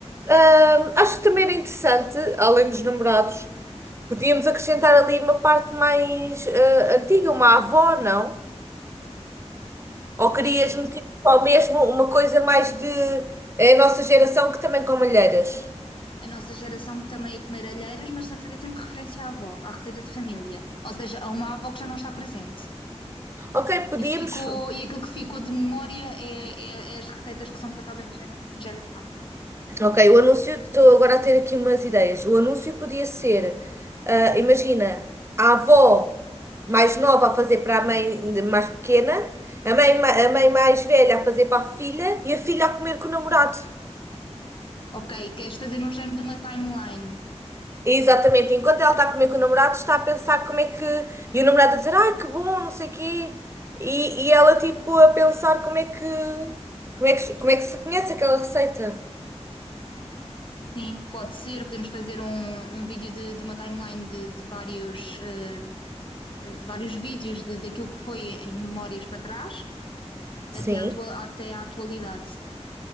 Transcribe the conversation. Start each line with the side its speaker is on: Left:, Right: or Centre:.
Right: hum, acho que também era interessante, além dos namorados, podíamos acrescentar ali uma parte mais eh, antiga, uma avó, não? Ou
Left: Sim,
Right: querias meter só mesmo uma coisa mais de é a nossa geração que também com malheiras?
Left: é a nossa geração que também é comer alheiras, mas a fazer sempre referência à avó, à receita de família. Ou seja, a uma avó que já não está presente.
Right: Ok, podíamos.
Left: E ficou, e aquilo que ficou de memória é, é- é as receitas que são passadas de geração em geração.
Right: Ok, o anúncio, estou agora a ter aqui umas ideias. O anúncio podia ser, ah, imagina, a avó mais nova a fazer para a mãe ainda mais pequena, a mãe, ma- a mãe mais velha a fazer para a filha e a filha a comer com o namorado.
Left: Ok, queres fazer um género de uma timeline?
Right: Exatamente, enquanto ela está a comer com o namorado, está a pensar como é que. E o namorado a dizer, ai que bom, não sei o quê. E, e ela tipo a pensar como é que. Como é que, como é que se conhece aquela receita.
Left: Sim, pode ser. Podemos fazer um, um vídeo de, de uma timeline de, de vários, eh, eh, de vários vídeos de, daquilo que foi em memórias para trás até
Right: Sim.
Left: à, atua- até à atualidade.